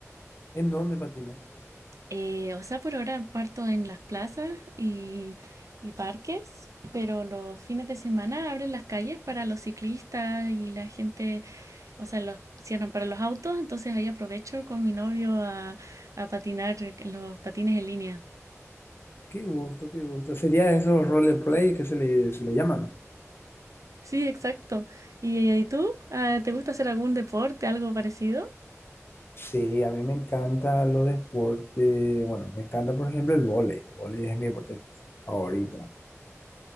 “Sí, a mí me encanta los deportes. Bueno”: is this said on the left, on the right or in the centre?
Left